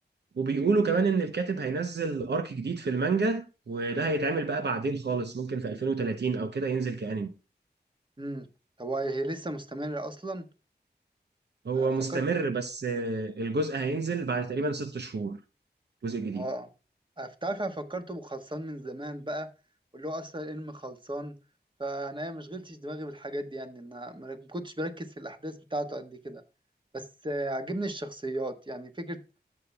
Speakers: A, on the right; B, on the right.
A: وبيقولوا كمان ان الكاتب هينزل ارك جديد في المانجا وده هيتعمل بقى بعدين خالص ممكن في 2030 او كده ينزل كأنمي
B: امم طب هي لسه مستمرة اصلا
A: هو
B: أنا فكرت
A: مستمر بس آه، الجزء هينزل بعد تقريبا ست شهور جزء جديد
B: اه أنا ف- تعرف انا فكرته بخلصان من زمان بقى واللي هو اصلا الانمي خلصان فانا ما شغلتش دماغي بالحاجات دي يعني انا ما ما كنتش بركز في الاحداث بتاعته قد كده بس آه، عجبني الشخصيات يعني فكرة